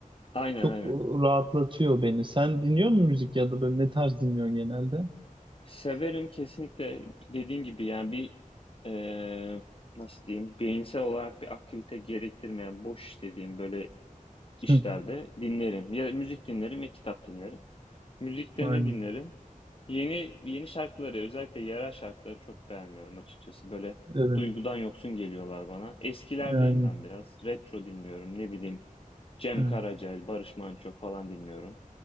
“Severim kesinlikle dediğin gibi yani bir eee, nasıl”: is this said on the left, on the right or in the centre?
Left